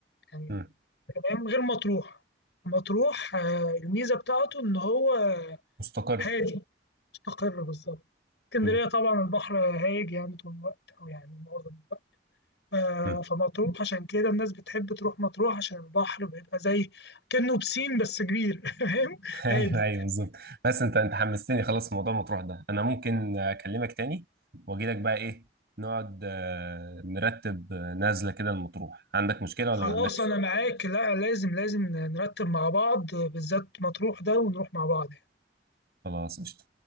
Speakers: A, on the left; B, on the right.
A: يعني
B: مم.
A: تمام غير مطروح مطروح آه، الميزه بتاعته ان هو
B: مستقر
A: هادي مستقر بالظبط اسكندرية
B: مم.
A: طبعا البحر هايج يعني طول الوقت أو يعني معظم الوقت آه،
B: مم.
A: فمطروح عشان كده الناس بتحب تروح مطروح عشان البحر بيبقى زي كأنه بسين بس كبير <laughs> فاهم
B: <laughs> ايوه
A: هادي
B: ايوه بالظبط بس انت انت حمستني خلاص في موضوع مطروح ده انا ممكن اكلمك تاني واجي لك بقى ايه نقعد آه، نرتب آه، نازله كده المطروح عندك مشكله
A: خلاص
B: ولا ما عندكش
A: أنا معاك لا لازم لازم نرتب مع بعض بالذات مطروح ده ونروح مع بعض يعني.
B: خلاص قشطه